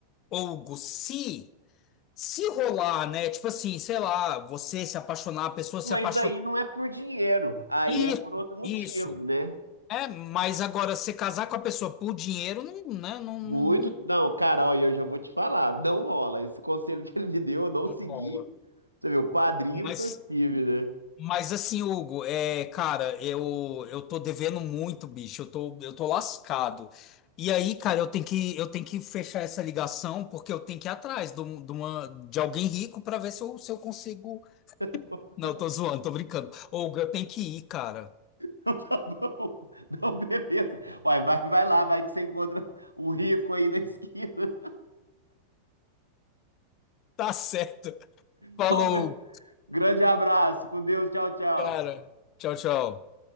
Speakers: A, on the left; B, on the right.
A: o, Hugo, se, se rolar, né? Tipo assim, sei lá, você se apaixonar, a pessoa
B: Mas
A: se apaixonar.
B: aí não é por dinheiro, aí
A: Isso,
B: é por outro motivo,
A: isso.
B: né?
A: É, mas agora, você casar com a pessoa por dinheiro, não, né, não,
B: Muito.
A: não, não
B: Não, cara, olha, eu já vou te falar. Não rola. Esse conselho que ele me deu, eu não segui.
A: não rola.
B: Você viu, o padrinho
A: Mas
B: que eu tive, né?
A: Mas assim, Hugo, é, cara, eu eu tô devendo muito, bicho. Eu tô eu tô lascado. E aí, cara, eu tenho que eu tenho que fechar essa ligação porque eu tenho que ir atrás de, um- de uma de alguém rico pra ver se eu, se eu consigo.
B: <laughs>
A: Não, eu tô zoando, tô brincando. Hugo, eu tenho que ir, cara.
B: Então, Tá bom. Não, beleza. Olha, vai, vai lá, vai que você encontra um rico aí na esquina.
A: Tá certo.
B: Então,
A: Falou,
B: gr- grande abraço. Com Deus. Tchau, tchau.
A: cara. Tchau, tchau.